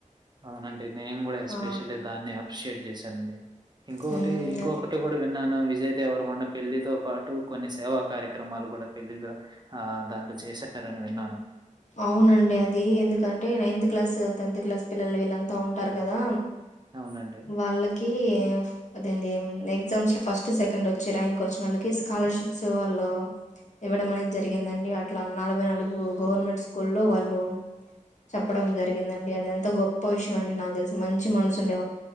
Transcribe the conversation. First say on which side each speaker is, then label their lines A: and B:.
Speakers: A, on the right; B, on the left.
A: అవునండి నేను కూడా ఎస్పెషలీ
B: ఆ
A: దాన్ని అప్ప్రెషట్ చేశానండి ఇంకొకటి
B: హ్మ్
A: ఇంకొకటి
B: అదే
A: కూడా విన్నాను విజయ్ దేవర కొండ పెళ్లితో పాటు కొన్ని సేవా కార్యక్రమాలు కూడా పెళ్ళిళ్లో ఆ దాంట్లో చేశారని విన్నాను
B: అవునండి అది ఎందుకంటే నైన్త్ క్లాస్ టెన్త్ క్లాస్ పిల్లలు వీళ్ళంతా ఉంటారు కదా
A: అవునండి.
B: వాళ్ళకి అద ఎగ్జామ్స్ లో ఫస్ట్ సెకండ్ వచ్చి ర్యాంక్ వచ్చిన వాళ్ళకి స్కాలర్షిప్స్ వాళ్ళు ఇవ్వడం అనేది జరిగిందండి అట్లా నలభై నాలుగు గవర్నమెంట్ స్కూల్లో వాళ్ళు చెప్పడం జరిగిందండి అది ఎంత గొప్ప విషయం అండి నాకు తెలిసి మంచి మనసు ఉండే